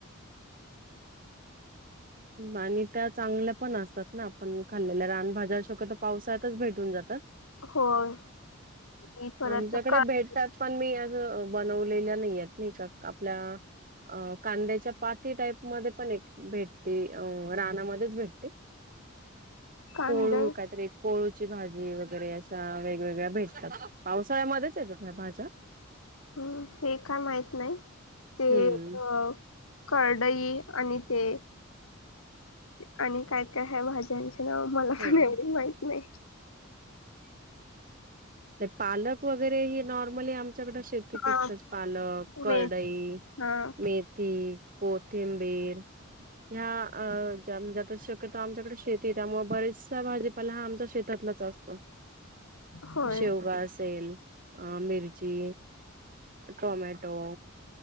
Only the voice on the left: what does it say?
<inaudible>
होय मी परत
कांदे
कांदे
हं तें काय माहित नाही, ते
अ करडई आणि ते आणि काय, काय आहे भाज्यांचे नाव मला
पण
एवढी माहित नाही.
हा
मे हा
होय